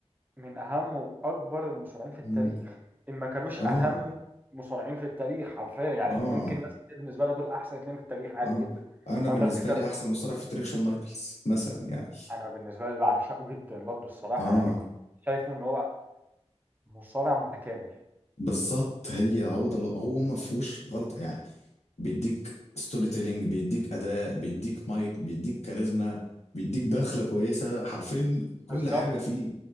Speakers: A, on the right; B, on the left.
A: من اهم واكبر المصارعين في التاريخ
B: امم
A: ان ما كانوش
B: اه
A: اهم مصارعين في التاريخ حرفيا يعني
B: اه
A: ممكن ناس كتير بالنسبه لها دول احسن اتنين في التاريخ عادي
B: اه
A: جدا
B: انا
A: اندرتيكر
B: بالنسبة لي احسن مصارع في التاريخ شون مايكلز مثلا يعني
A: انا بالنسبه لي بعشقه جدا برضه الصراحه
B: اه
A: يعني كنت شايفه ان هو مصارع متكامل
B: بالظبط هي هو ده اللي- هو ما فيهوش غلطه يعني بيديك ستوري تيلينج بيديك اداء بيديك مايك بيديك كاريزما بيديك دخله كويسه حرفيا
A: بالظبط
B: كل حاجه فيه